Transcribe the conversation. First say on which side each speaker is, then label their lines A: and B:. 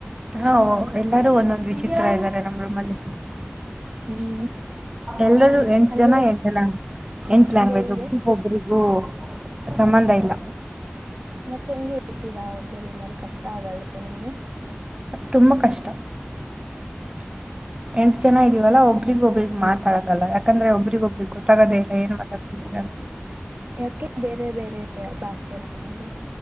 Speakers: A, on the right; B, on the right.
A: ಹಾ ಎಲ್ಲಾರೂ ಒಂದೊಂದ್ ವಿಚಿತ್ರ ಇದ್ದಾರೆ ನಮ್ಮ ರೂಮಲ್ಲಿ
B: ಹ್ಮ್
A: ಎಲ್ಲರೂ ಎಂಟು
B: ಅಂದ್ರೆ
A: ಜನ ಎಂಟು ಲ್ಯಾಂಗ್ ಎಂಟು
B: ಅಂದ್ರೆ
A: ಲ್ಯಾಂಗ್ವೇಜ್
B: ಹೆಂಗೆ
A: ಒಬರಿಗೊಬರಿಿಗೂ ಸಂಬಂಧ ಇಲ್ಲ
B: ಮತ್ತೆ ಹೆಂಗೆ ಇರ್ತೀರಾ ಒಂದೇ ರೂಮ್ ಅಲ್ಲಿ ಕಷ್ಟ ಆಗಲ್ ನಿಮಗೆ
A: ತುಂಬಾ ಕಷ್ಟ
B: ಹ
A: ಎಂಟ್ ಜನ ಇದವಲ್ಲ ಒಬರಿಗ್ ಒಬ್ಬ್ರಗ್ ಮಾತಾಡಾಗಲ್ಲ ಯಾಕಂದ್ರೆ ಒಬರಿಗ್ ಒಬ್ಬಿಗೆ ಗೊತ್ತಾಗದೇಲ್ಲ ಏನ್ ಮಾತಾತತಿ <inaudible>
B: ಯಾಕೆ ಬೇರೆ ಬೇರೆ ಭಾಷೆಲ್ಲದು